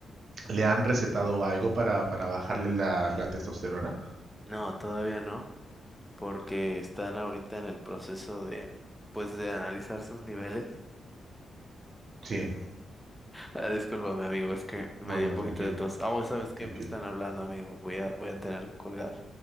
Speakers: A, on the right; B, in the centre.
A: ¿le han recetado algo para, para bajarle la, la testosterona?
B: No, todavía no, porque están ahorita en el proceso de, pues, de analizar sus niveles.
A: Sí,
B: Ah, discúlpame, amigo, es que me
A: no,
B: dio
A: no,
B: un poquito
A: tranquilo,
B: de tos. Ah, pues, ¿sabes qué?
A: tranquilo.
B: Me están hablando, amigo. Voy a, voy a tener que colgar.